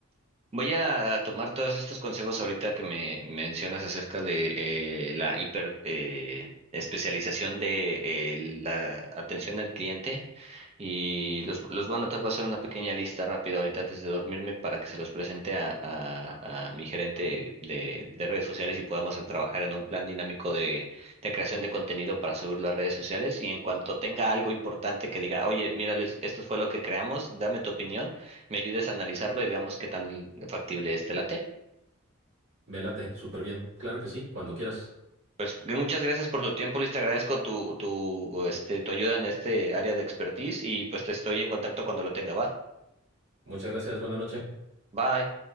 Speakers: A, on the right; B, on the right.
A: Voy a a tomar todos estos consejos ahorita que me mencionas acerca de eh, la hiper eh, especialización de eh, la atención al cliente y los, los voy a anotar, voy a hacer una pequeña lista rápida ahorita antes de dormirme para que se los presente a, a- a mi gerente de, de redes sociales y podamos a trabajar en un plan dinámico de, de creación de contenido para subirlo a redes sociales y en cuanto tenga algo importante que diga, oye, mira Luis, esto fue lo que creamos, dame tu opinión me ayudes a analizarlo y veamos qué tan factible es. ¿Te late?
B: Me late, súper bien. Claro que sí, cuando quieras.
A: Pues muchas gracias por tu tiempo, Luis. Te agradezco tu, tu, este, tu ayuda en este área de expertise y pues te estoy en contacto cuando lo tenga. Va.
B: Muchas gracias, buena noche.
A: Bye.